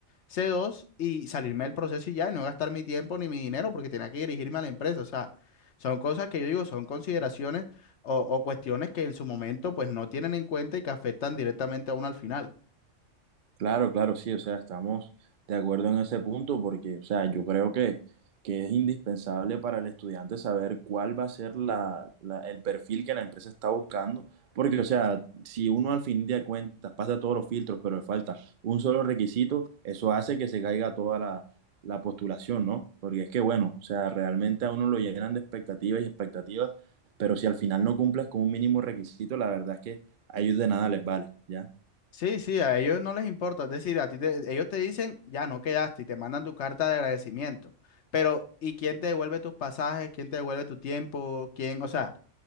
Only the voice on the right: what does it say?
Claro, claro, sí, o sea, estamos de acuerdo en ese punto porque, o sea, yo creo que, que es indispensable para el estudiante saber cuál va a ser la, la- el perfil que la empresa está buscando, porque, o sea, si uno al fin de cuentas pasa todos los filtros, pero le falta un solo requisito, eso hace que se caiga toda la, la postulación, ¿no? Porque es que, bueno, o sea, realmente a uno lo llenan de expectativas y expectativas, pero si al final no cumples con un mínimo requisito, la verdad es que a ellos de nada les vale, ¿ya?